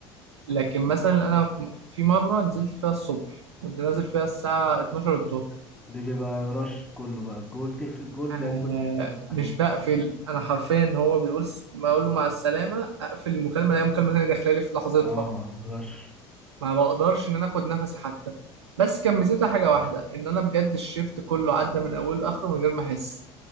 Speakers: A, on the right; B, in the centre.
A: لكن مثلا أنا في م- في مرة نزلت فيها الصبح كنت نازل فيها الساعة 12 الظهر
B: دي بيبقى رش كله بقى كول تقفل كول تلاقي
A: أنا
B: كل التانية دخلت
A: مش بقفل أنا حرفيا هو بيقول س- ما أقول له مع السلامة أقفل المكالمة ألاقي مكالمة تانية داخلة لي في لحظتها
B: اه رش
A: ما بقدرش ان انا اخد نفسي حتى بس كان ميزتها حاجه واحده ان انا بجد الشيفت كله عدى من اوله لاخره من غير ما احس